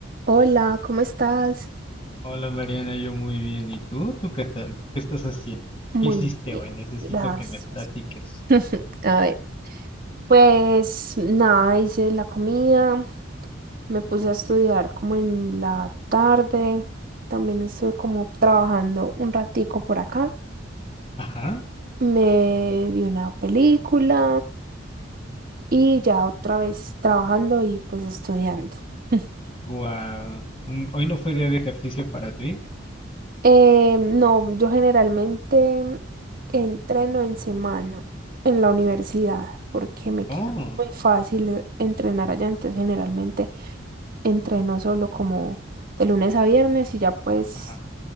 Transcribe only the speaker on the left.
Hola Mariana, yo muy bien. ¿Y tú? ¿Tú qué tal? ¿Qué estás haciendo?
¿Qué hiciste
hoy? Necesito
que me platiques.
Ajá.
Guau. Mm, Hoy no fue día de ejercicio para ti.
Oh,
ajá,